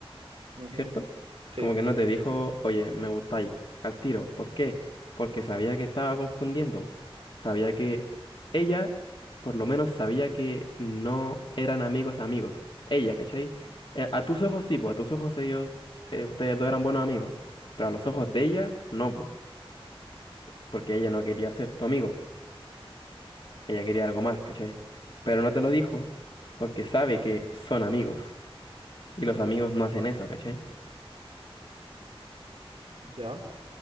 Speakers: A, on the right; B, on the left.
A: Ujú,
B: ¿cierto?
A: Sí,
B: Como que no te dijo, oye, me gustáis, al tiro. ¿Por qué? Porque sabía que estaba confundiendo. po. Sabía que ella, por lo menos, sabía que no eran amigos amigos. Ella, ¿cachai? Eh, A tus ojos sí, pues, a tus ojos ellos, eh, ustedes dos eran buenos amigos, pero a los ojos de ella, no, po, porque ella no quería ser tu amigo. Ella quería algo más, ¿cachai? Pero no te lo dijo porque sabe que son amigos y los amigos no hacen eso, ¿cachai?
A: ya.